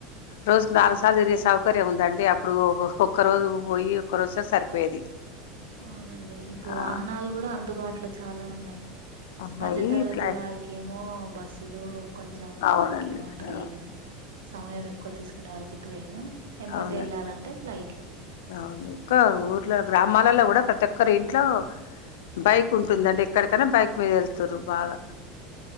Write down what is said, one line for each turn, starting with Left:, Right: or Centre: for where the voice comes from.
Left: రోజుకు నాలుగు సార్లు తిరిగే సౌకర్యం ఉందండి అప్పుడు ఒక్క రోజు పోయి ఒక రోజు సరిపోయేది
Right: అవునండి ఇప్పుడు
Left: ఆ
Right: వాహనాలు కూడా అందుబాటులో చాలా ఉన్నాయి
Left: ఉన్నాయి
Right: మధ్య తరగతి
Left: ఫ్లై
Right: వారికి కేమో బస్సులు కొంచెం ఉన్న
Left: అవునండి
Right: వారికి ఏమో ట్రైన్
Left: ఆ
Right: సమయం ఎక్కువ తీసుకునే వారికి ట్రైన్ ఎమ్మటే
Left: అవునండి
Right: వెళ్ళాలంటే ఫ్లైట్
Left: అవును ఎక్కువ ఊర్లో గ్రామాలలో కూడా ప్రతి ఒక్కరి ఇంట్లో బైక్ ఉంటుందండి ఎక్కడికైన్నా బైక్ మీద వెళ్తారు బాగా